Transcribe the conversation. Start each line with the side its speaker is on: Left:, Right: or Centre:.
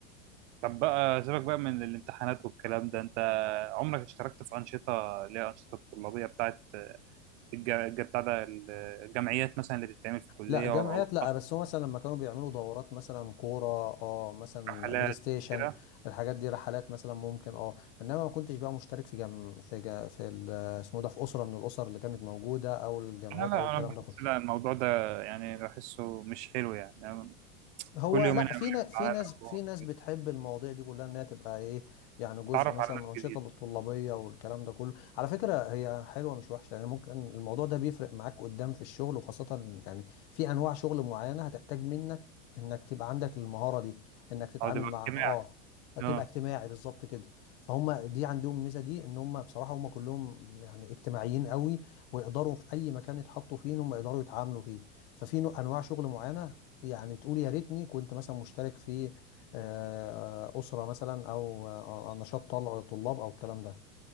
Right: طب بقى سيبك بقى من الامتحانات والكلام ده انت عمرك اشتركت في أنشطة اللي هي أنشطة طلابية بتاعت الج- الج- بتاع ده الجمعيات مثلا اللي بتتعمل في الكلية
Left: لا جمعيات
Right: أو
Left: لا بس هو مثلا لما كانوا بيعملوا دورات مثلا كورة اه مثلا
Right: رحلات
Left: بلاي ستيشن
Right: وكده
Left: الحاجات دي رحلات مثلا ممكن اه انما ما كنتش بقى مشترك في جم في جا في ال- اسمه إيه ده في أسرة من الأسر اللي كانت موجودة او الجمعيات
Right: أنا لا
Left: او الكلام
Right: أنا بحس
Left: ده كله
Right: لا الموضوع ده يعني بحسه مش حلو يعني, يعني
Left: هو
Right: كل يومين
Left: لا
Right: أقابل
Left: في نا-
Right: لك
Left: في
Right: على
Left: ناس في
Right: مجموعة
Left: ناس بتحب المواضيع دي كلها انها تبقى ايه يعني جزء
Right: ويتعرف
Left: مثلا
Right: على ناس
Left: من الانشطه
Right: جديدة
Left: الطلابيه والكلام ده كله على فكره هي حلوه مش وحشه يعني ممكن الموضوع ده بيفرق معاك قدام في الشغل وخاصه يعني في انواع شغل معينه هتحتاج منك انك تبقى عندك المهاره دي انك تتعامل
Right: أو تبقى
Left: مع
Right: اجتماعي
Left: اه
Right: أه
Left: تبقى اجتماعي بالظبط كده فهم دي عندهم الميزه دي ان هم بصراحه هم كلهم يعني اجتماعيين قوي ويقدروا في اي مكان يتحطوا فيه ان هم يقدروا يتعاملوا فيه ففي نوع- انواع شغل معينه يعني بتقول يا ريتني كنت مثلا مشترك في آه، أسرة مثلا أو آه، نشاط طل- طلاب أو الكلام ده